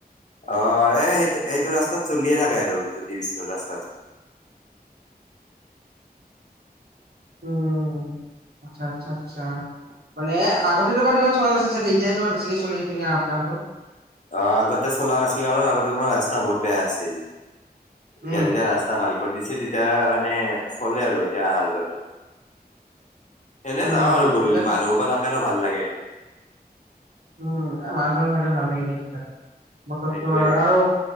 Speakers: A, on the left; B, on the right.
A: অ'! এ, সেইটো, সেইটো ৰাস্তাত চলিয়ে থাকে আৰু জ্যোতি বিষ্ণুৰ ৰাস্তাত।
B: উম! আচ্ছা, আচ্ছা, আচ্ছা! মানে, আগতেটো বাৰু ইমান চলা নাছিল চাগে! এতিয়াহে, তোমাৰ বেছিকে চলে। এইপিনে আপ- ডাউনটো?
A: অ'! আগতে চলা নাছিল। কাৰণ, আগতে তোমাৰ, ৰাস্তা বহুত বেয়া আছিল। এতিয়া,
B: উম
A: তেতিয়া ৰাস্ত ৰাস্তা ভাল কৰি দিছে। তেতিয়া মানে, চলে আৰু এতিয়া, অহা যোৱাটো। এনে
B: উম
A: যাওঁ আৰু গধূলি।
B: এতিয়া
A: মানুহ সোপা থাকে ন' ভাল লাগে!
B: উম! মানুহ চানুহ থাকে, ভাল লাগি যায় তেতিয়া। বতৰটো
A: সেইটোয়ে
B: আৰু